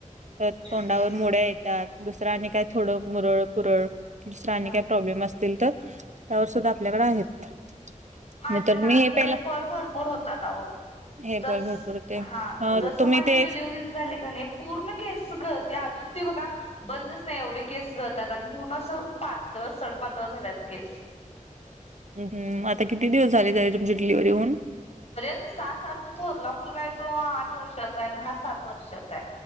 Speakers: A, on the right; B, on the left.
A: तर तोंडावर
B: ओके.
A: मोड्या येतात दुसरा आणि काय थोडं मुरळ पुरळ दुसरा आणि
B: हा
A: काय प्रॉब्लेम असत केल तर त्यावर सुद्धा आपल्याकडे आहेत
B: माझे
A: नाही तर
B: ना
A: मी हे
B: हेअरफॉल
A: पहिला
B: भरपूर होतात आहो
A: हेअरफॉल
B: जस
A: भरपूर होते
B: हां जस
A: तुम्ही
B: माझी
A: ते
B: डिलिवरी झाली कनी पूर्ण केस गळते अजून ते बघा बंदच नाही एवढे केस गळतात आणि पूर्ण अस पातळ सडपातळ झाल्यात केस
A: हूं हूं आता किती दिवस झाले तरी तुमची डिलिव्हरी होऊन
B: तरी आता सहा सात थोरला मुलगा आहे तो आठ वर्षाचा आहे आणि हा सात वर्षाचा आहे